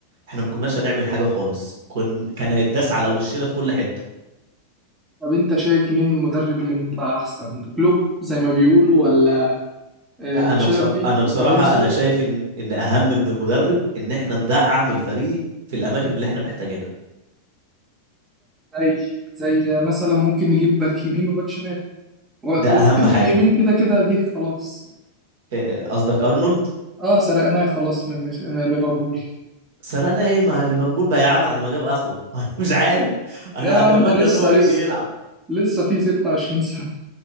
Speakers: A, on the right; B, on the right.
A: احنا ما كناش هنعمل حاجه خالص كن كان هيتداس على وشنا في كل حته
B: طب انت شايف مين مدرب ينفع احسن كلوب زي ما بيقولوا ولا آه،
A: لا
B: تشابي
A: انا بصر... انا بصراحه
B: الونسو
A: انا شايف ان ان اهم من المدرب ان احنا ندعم الفريق في الاماكن اللي احنا محتاجينها
B: زي زي مثلا ممكن نجيب باك يمين وباك شمال و-
A: ده
B: والباك
A: اهم حاجه
B: اليمين كده كده جه خلاص
A: إيه- قصدك ارنولد
B: اه سرقناه خلاص من آه، ليفربول
A: سرقنا ايه مع ليفربول بياع بعد ما جاب اخره <laughs> انا مش عارف انا
B: يا عم
A: اتمنى
B: لسه
A: ان هو يجي
B: لسه
A: يلعب
B: لسه في 26 سنة